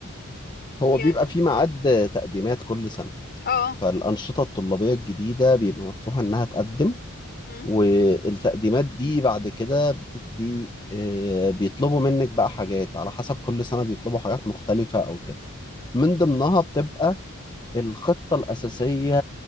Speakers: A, on the left; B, on the left.
A: يعني
B: هو بيبقى في ميعاد تقديمات كل سنه
A: اه
B: فالانشطه الطلابيه الجديده بيبقى مفتوح انها تقدم
A: امم
B: والتقديمات دي بعد كده بتدي آه، بيطلبوا منك بقى حاجات على حسب كل سنة بيطلبوا حاجات مختلفة أو كده من ضمنها بتبقى الخطة الأساسية